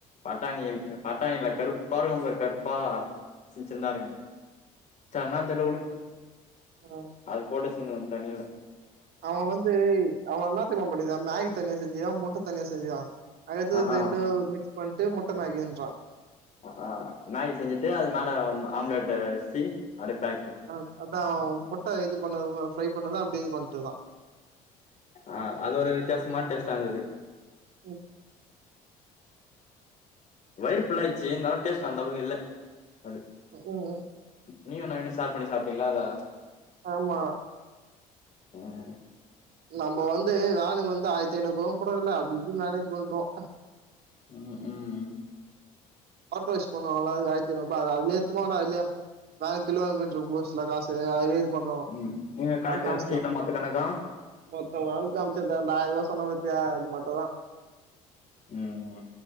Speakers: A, on the left; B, on the right.
A: பட்டாணி பட்டாணில்ல கருப்பா இருக்கும் பாரு கருப்பா ச சின்ன சின்னாத இருக்கு ச என்னனு தெரியால உடு
B: ம்
A: அது போட்டுஷ் ஆ தண்ணியில
B: அவன் வந்து அவன் என்ன தேரியுமா பண்ணியிருக்கன் நாய் தண்ணிய செஞ்சு யான் முட்ட தண்ணிய செஞ் இதுயா அடுத்து
A: ஆ ஆ
B: தெண்டு மிக்ஸ் பண்ணிட்டு முட் முட்டமெகின்றா
A: ஆ மேகி செஞ்சுட்டு அது மேல ஆம்லெட்ட வச்சு அப்டியே பேக்
B: ஆ அதான் முட்ட இது பண்ணவா ட்ரை பண்ணதா அப்டிய இது வண்ணட்டனா
A: ஆ அது ஒரு வித்தியாசமான டேஷ்ட இருந்தது
B: ம்
A: வயிறு ஃபுல்ல ஆயிடுச்சு இருந்தாலு டேஸ்ட்டு அந்தாலவுக்கு இல்ல அது
B: உம்
A: நீயு நவினு ஸ்ஷேர் பண்ணிப்பிட்டீங்களா அத
B: ஆமா
A: ம்
B: நம்ம வந்து ஆலு வந்து ஆயிரத்தி ஐநூறு கூடக்கல்ல அப்படியோ மேனேஜ் பண்றோம்
A: உம் ம்
B: வாட்ரு வாஷ் பண்ணுவாங்கல அதுக்கு ஆயித்து அற்நூறுபா அது அதுலயே எத்துபாங்கனா அதுலுயே நாலு கிலோமீட்ருக்கு போச்சுல காசு அதுலுயே பண்றோ
A: ம் நீங்க கணக்கு
B: வாட்ரு
A: காமிச்சீங்களா
B: வாஷ்லா
A: மொத்த கணக்கு
B: மொத்தமா அம்ச்ச பாரு அந்த ஆயிரபா செல வாச்சி அம்ச்சியே அது மட்டுதா
A: ம்